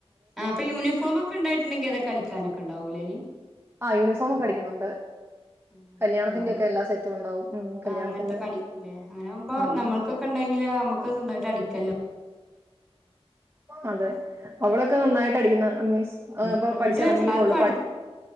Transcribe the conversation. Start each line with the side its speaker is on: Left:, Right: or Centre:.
Centre: ആ അപ്പൊ യൂണിഫോം ഒക്കെണ്ടായിട്ട്ണ്ടെങ്കി ൽ അതൊക്ക അടിക്കാനൊക്കെ ണ്ടാവൂലെനി
Right: ആ യൂണിഫോമൊക്കെ അടിക്കുന്നുണ്ട്
Centre: അങ്ങനൊക്കെ
Right: കല്യാണത്തിന്റെ
Centre: ഉണ്ടാവൂലേ
Right: ഒക്കെ എല്ലാ സെറ്റും ഉണ്ടാവും ഉം കല്യാണത്തിന്റെ
Centre: ആഹ് അങ്ങനത്തൊക്കെ അടിക്കൂലേ അങ്ങനെ ആകുമ്പോ
Right: ഉം
Centre: നമ്മൾക്കൊക്കെ ഉണ്ടെങ്കില് നമുക്ക് സ്വന്തമായിട്ട് അടിക്കല്ലോ
Right: അതെ അവളൊക്കെ നന്നായിട്ട് അടിക്കുന്ന മീൻസ് ആ
Centre: നമ്മളെ
Right: ഇപ്പൊ പഠിച്ചി
Centre: വീട്ടിൽ
Right: ഇറങ്ങിയതേള്ളൂ
Centre: വെച്ച് ആർക്കും അടി
Right: പഠി